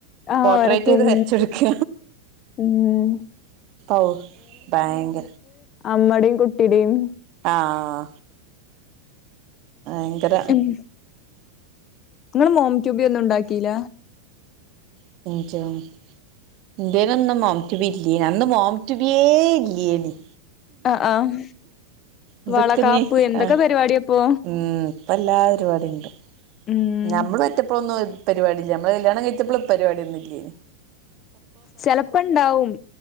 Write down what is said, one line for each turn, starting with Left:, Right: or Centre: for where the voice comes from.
Left: ആഹ്
Right: പോർട്ട്രേറ്റ്
Left: വരക്കും
Right: ചെയ്ത് വരച്ചൊടുക്ക
Left: ഉം
Right: ഔ ഭയങ്ക
Left: അമ്മടെ കുട്ടിടേം
Right: ആഹാ ഭയങ്കര
Left: ഉം ഇങ്ങള് മോം റ്റുബി ഒന്നും ഉണ്ടാക്കീല
Right: <unintelligible> ഇന്റിനോന്നും മോംടുബി ഇല്ലേനിം അന്ന് മോം ടുബേയ് ഇല്ലയേനിം
Left: ആഹ് ആഹ്
Right: ഇതൊക്കെഞ്ഞ്
Left: വളകാപ്പ് എന്തൊക്കെ
Right: ആ
Left: പരിപാടിയാപ്പോ
Right: ഉം പ്പം എല്ലാ പരുപാടി ണ്ട്
Left: ഉം
Right: നമ്മള് പെറ്റപ്പളൊന്നും പരിപാടിയില്ല നമ്മള് കല്യാണം കഴിച്ചപ്പളും പരിപാടിയൊന്നും ഇല്ലേനിം
Left: ചെലപ്പോ ഇണ്ടാവും